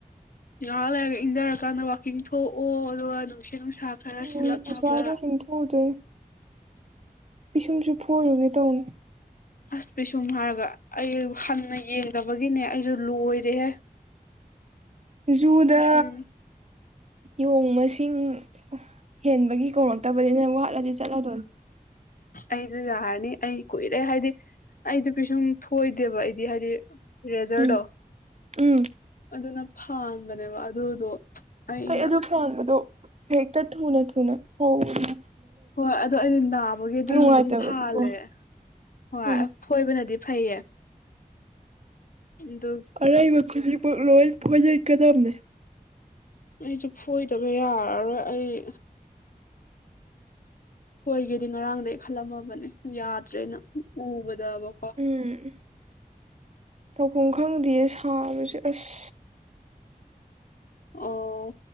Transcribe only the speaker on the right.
ꯎꯝ ꯑꯁ꯭ꯋꯥꯏꯐꯥꯎ ꯁꯨꯝ ꯊꯣꯛꯎꯗꯣꯏꯅꯦ ꯄꯤꯁꯨꯝꯁꯨ ꯐꯣꯏꯔꯨꯒꯦ ꯇꯧꯕꯅꯦ
ꯖꯨꯗꯥ
ꯌꯣꯡ ꯃꯁꯤꯡ ꯍꯦꯟꯕꯒꯤ ꯀꯧꯔꯛꯇꯕꯅꯤ ꯅꯪ ꯋꯥꯠꯂꯗꯤ ꯆꯠꯂꯗꯣꯏꯅꯤ
ꯎꯝ ꯎꯝ
ꯑꯩ ꯑꯗꯨ ꯐꯥꯟꯕꯗꯣ ꯍꯦꯛꯇ ꯊꯨꯅ ꯊꯨꯅ ꯍꯧꯏ
ꯅꯨꯡꯉꯥꯏꯇꯕꯒꯤꯀꯣ
ꯎꯝ
ꯑꯔꯩꯕ ꯈꯨꯗꯤꯡꯃꯛ ꯂꯣꯏ ꯐꯣꯏꯗꯠꯀꯗꯝꯅꯦ
ꯎꯝ ꯇꯧꯐꯝ ꯈꯪꯗꯤꯌꯦ ꯁꯥꯕꯁꯦ ꯑꯁ